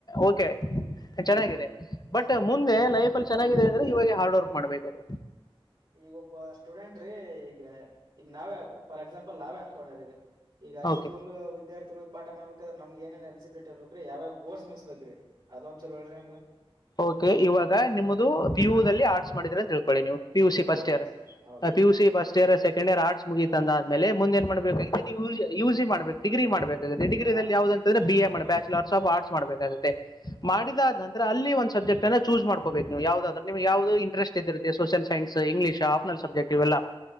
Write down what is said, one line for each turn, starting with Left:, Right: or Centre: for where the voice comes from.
Left: ಓಕೆ ಚೆನ್ನಾಗಿದೆ ಬಟ್ ಮುಂದೆ ಲೈಫ್ ಅಲ್ಲಿ ಚೆನ್ನಾಗಿದೆ ಅಂದ್ರೆ ಇವಾಗ ಹಾರ್ಡ್ ವರ್ಕ್ ಮಾಡ್ಬೇಕದು
Right: ಈಗ ಒಬ್ಬ ಸ್ಟೂಡೆಂಟ್್ರೀ ಈಗ ಈಗ ನಾವೇ ಫಾರ್ ಎಕ್ಸಾಂಪಲ್ ನಾವೇ ಅನ್ಕೋೊಂಡ್ರ ಈಗ ಈಗ ಹೈಸ್ಕೂಲ್
Left: ಓಕೆ
Right: ವಿದ್ಯಾರ್ಥಿಗಳು ಪಾಠ ಮಾಡ್ಬೇಕಾದ್ರೆಮ್ ಏನೇಏ ಎಲಿಜಿಬಲಿಟಿರ್ಬೇಕು್ರೀ ಯಾವೋರ್ಸ್ ಮಗ್ಸ್ಬೇಕ್ರೀ ಅದ ಒಂದ್ೂರು ಹೇಳಿ ನಮಗ
Left: ಓಕೆ ಇವಾಗ ನಿಮ್ದ ಪಿ ಯು ದಲ್ಲಿ ಆರ್ಟ್ಸ್ ಮಾಡಿದ್ರ ಅಂತ ತಿೇಳ್ಕೊಳ್ಳಿ ನೀವು ಪಿಯು ಸಿ ಫಸ್ಟ್
Right: ಹೌದ್
Left: ಇಯರ್
Right: ಸರ್ ಹೌದೌದು
Left: ಪು C first year second year arts ಮುಗಿ ತಂದ ಆಮೇಲೆ ಮುಂದ ಏನ್ ಮಾಡ್ಬೇಕ ನೀವು ಯ ಯುಿ ಮಾಡ್ಬೇಕ ಡಿ್ರಿ ಮಾಡ್ಬೇಕೆ ಡಿಗ್ರಿಲ್ಲಿ
Right: ಹಾ
Left: ಯಾವ್ದ ಅಂದ್ರ ಬಿ ಎ ಮಾಡ್ಬೇಕ ಬ್ಯಾಚುಲರ್ಸ್ ಆಫ್ ಆರ್ಟ್ಸ್ ಮಾಡ್ಬೇಕಾಗುತ್ತೆ ಮಾಡಿದ
Right: ಹಾ ರೀ
Left: ನಂತರ ಅಲ್ಲಿ ಒಂದು ಸಬ್ಜೆಟ್ ಅ ಚೂಸ ಮಾಡ್ಕೋಬೇಕು ನೀವು ಯಾವವುದ್ರಮ ಯವುದ ಇಂಟರೆಸ್ಟ್ ಇದಿತ್ತೆ social science English optional subject ಇವೇಲಾ ಲ್ಲ